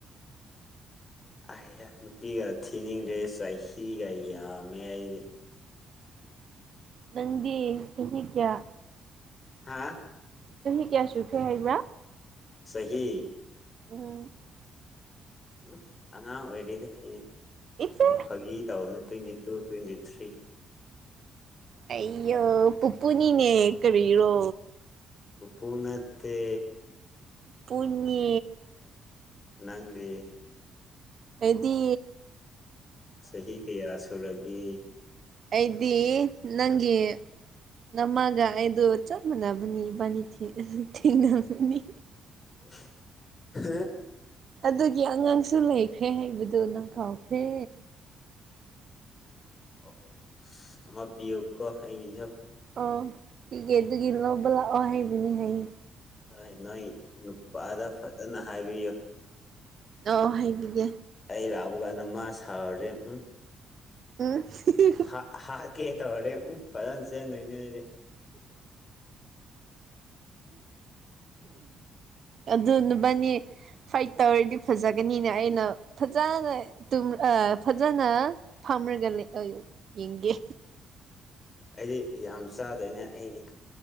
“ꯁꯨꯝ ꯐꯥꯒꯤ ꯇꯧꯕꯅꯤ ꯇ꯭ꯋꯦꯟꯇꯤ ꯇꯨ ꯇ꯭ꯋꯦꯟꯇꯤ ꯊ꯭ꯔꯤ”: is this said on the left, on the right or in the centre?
Left